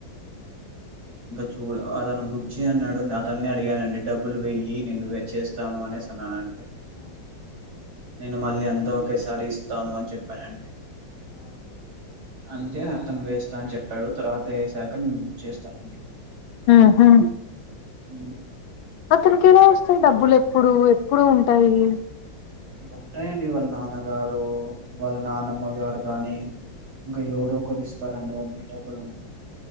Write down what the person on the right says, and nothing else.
ఇంకా చూడ అతను బుక్ చే అన్నాడు అతనే అడిగానండి డబ్బులు వయ్య నేను వెచ్చేస్తాను అనే అన్నానుంటే నేను మళ్ళీ అంత ఒక సారి ఇస్తాను అని చెప్పా నండి అంతే అతను వేస్తా అని చెప్పాడు తర్వాత వేసాక నేను బుక్ చేస్తాను
హ
ఉంటాయండి వాళ్ళ నాన్నగారు వాళ్ళ నానమ్మ గారు కాని ఇంకా ఎవరు ఒకరు ఇస్తారండీ వారిని డబ్బులు